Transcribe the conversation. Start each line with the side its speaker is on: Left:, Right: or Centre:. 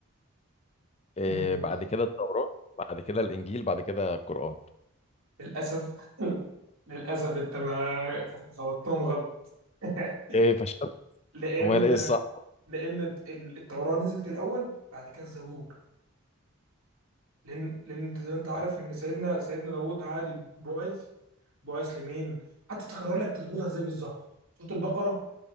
Left: إيه
Right: النمل.
Left: بعد كده التوراة بعد كده الإنجيل بعد كده القرآن
Right: للأسف <laughs> للأسف انت ما خبطتهم غلط <laughs>
Left: إيه فشلت
Right: لأن
Left: أمال إيه الصح؟
Right: لأن ال- التوراة نزلت الأول بعد كده الزبور لأن لأن انت زي ما انت عارف
Left: آه،
Right: إن سيدنا سيدنا داوود عادي بعث بعث لمين حتى تكرر لك تظبطها ازاي بالظبط سورة البقرة